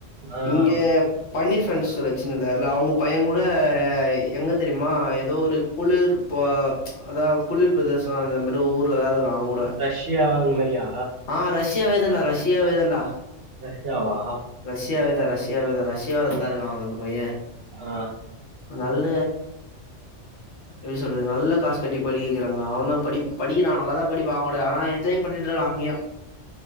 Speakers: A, on the right (about 55°); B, on the left (about 65°).
A: ஆஹ்
B: இங்கே பன்னீர் ஃபேன்ஸி ஸ்டோர் வெச்சினிருந்தாருல அவுங்க பையங்கூட எங்க தெரியுமா எதோ ஒரு குளிர்ப அதா குளிர் பிரதேசோ அந்த மேரி ஊர்ல தா இருக்குறா அவங்கூட
A: ரஷ்யா அந்த மாரியா
B: ஆ ரஷ்யாவே தாண்டா ரஷ்யாவே தாண்டா
A: ரஷ்யாவா
B: ரஷ்யாவேதா ரஷ்யாவே தா ரஷ்யால தாருக்கா அவுங்க அந்த பையெ
A: ஆ
B: நல்ல எப்டி சொல்றது நல்ல காசு கட்டி படிக்க வக்கிறாங்க அவன்தா படி படிக்கிறா நல்லா தா படிப்பா அவங்கூட ஆனா என்ஜாய் பண்ணிட்ருக்கா அங்கியு